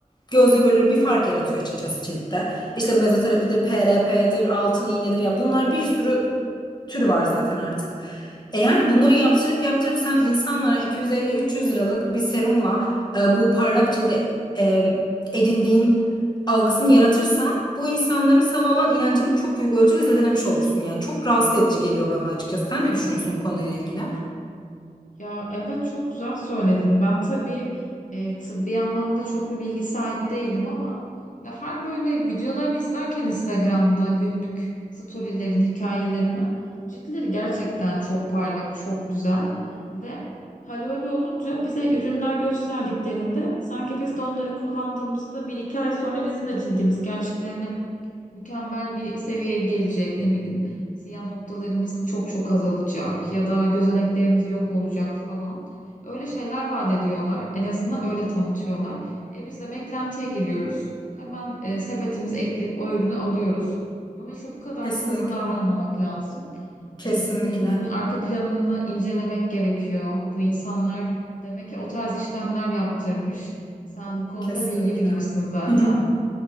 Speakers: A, on the left (about 30°); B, on the left (about 65°).
A: gözle görülür bir fark yaratıyor açıkçası ciltte. İşte mezoterapidir, PRP'dir, altın iğnedir ya bunlar bir sürü türü var zaten artık. E yani bunları yaptırıp yaptırıp sen insanlara 250-300 liralık bir serumla e, bu parlak cilde e, edindiğin algısını yaratırsan bu insanların sana olan inancını çok büyük ölçüde zedelemiş olursun yani. Çok rahatsız edici geliyor bana açıkçası. Sen ne düşünüyorsun bu konuyla ilgili?
B: Ya evet çok güzel söyledin. Ben tabii e, tıbbi anlamda çok bir bilgi sahibi değilim ama ya her böyle videolarını izlerken Instagram'da günlük storylerin hikayelerini ciltleri gerçekten çok parlak, çok güzel ve hal öyle olunca bize ürünler gösterdiklerinde sanki biz de onları kullandığımızda bir iki ay sonra bizim de cildimiz gerçekten hani mükemmel bir seviyeye gelecek ne bileyim. Siyah noktalarımız çok çok azalacak ya da gözeneklerimiz yok olacak falan. Öyle şeyler vaat ediyorlar. En azından öyle tanıtıyorlar. E biz de beklentiye giriyoruz. Hemen e, sepetimizi ekleyip o ürünü alıyoruz. Ama işte bu kadar
A: Kesinlikle.
B: da hızlı davranmamak lazım.
A: Kesinlikle.
B: E, dediğim gibi bunun arka planını incelemek gerekiyor. Bu insanlar demek ki o tarz işlemler yaptırmış. Sen bu konuda
A: Kesinlikle.
B: bilgili gibisin zaten.
A: <laughs>